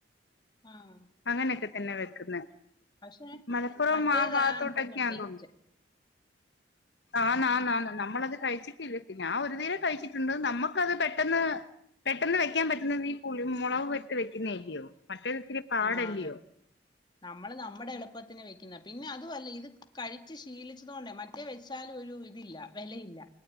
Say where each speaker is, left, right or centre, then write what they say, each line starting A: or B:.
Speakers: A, on the left; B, on the left.
A: ആഹ്.
B: അങ്ങനെക്കെ തന്നെ വെക്ക്ന്നെ.
A: പക്ഷേ
B: മലപ്പുറം
A: മറ്റേതാണ്
B: ആ ഭാഗത്തോട്ടൊക്കെയാന്ന്
A: തോന്നുന്നു ടേസ്റ്റ്
B: തോന്നു. ആന്ന് ആന്ന് ന്നാന്ന് നമ്മളത് കഴിച്ചിട്ടില്ല പി ആ ഒരു നേരം കഴിച്ചിട്ടുണ്ട് നമ്മക്കത് പെട്ടെന്ന് പെട്ടെന്ന് വെയ്ക്കാൻ പറ്റുന്നത് ഈ പുളി മൊളകുവിട്ട് വെക്ക്യുന്നഅല്ല്യോ മറ്റേത് ഇത്തിരി പാടല്ലയോ
A: ആഹ് അതെ. നമ്മള് നമ്മടെ എളുപ്പത്തിന് വെയ്ക്കുന്ന പിന്നെ അതുവല്ല ഇത് കഴിച്ച് ശീലിച്ചത് കൊണ്ടേ മ റ്റെ വെച്ചാലും ഒരു ഇതില്ല വെലയില്ല.